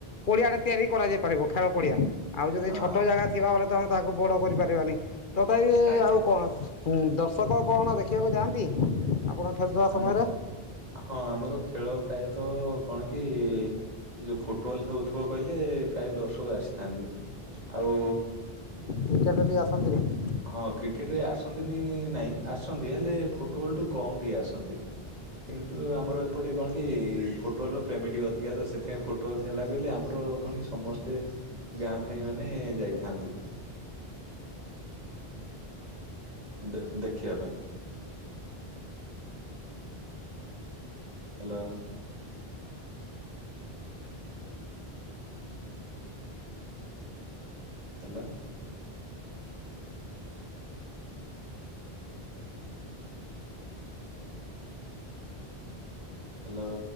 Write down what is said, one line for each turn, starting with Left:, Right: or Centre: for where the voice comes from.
Left: ପଡିଆ ଟା ତିଆରି କରାଯାଇ ପାରିବ ଖେଳ ପଡିଆ। ଆଉ ଯଦି
Right: ହଁ
Left: ଛୋଟ ଜାଗା ଥିବା ବଲେ ତ ଆମେ ତାହାକୁ ବଡ କରିପାରିବାନି ତଥାପି
Right: ଆଜ୍ଞା
Left: ଆଉ କଣ। ହୁଁ ଦର୍ଶକ କଣ ଦେଖିବାକୁ ଯାଆନ୍ତି ଆପଣ ଖେଳୁଥିବା
Right: ଆମ
Left: ସମୟରେ?
Right: ହଁ ଆମର ଖେଳ ପ୍ରାୟତଃ କଣ କି ଏ ଯୋଉ ଫୁଟବଲ ହଉଥିବ କହିଲେ ପ୍ରାୟ ଦର୍ଶକ ଆସିଥାନ୍ତି ଆଉ
Left: କ୍ରିକେଟରେ କେହି ଆସନ୍ତିନି?
Right: ହଁ କ୍ରିକେଟରେ ଆସନ୍ତିନି ନାଇଁ ଆସନ୍ତି ହେଲେ ଫୁଟବଲ୍ ଟୁ କମ୍ ଟିଏ ଆସନ୍ତି କିନ୍ ତୁ ଆମର ଏପଟେ କଣ କି ଫୁଟବଲର ପ୍ରେମୀ ଟିକେ ଅଧିକା ତ ସେଥିପାଇଁ ଫୁଟବଲ୍ ହେଲା କହିଲେ ଆମର କଣ କି ସ ସମସ୍ତେ ଗାଁ ଭାଇ ମାନେ ଯାଇଥାନ୍ତି। ଦେ ଦେଖିବା ପାଇଁ। Hello hello hello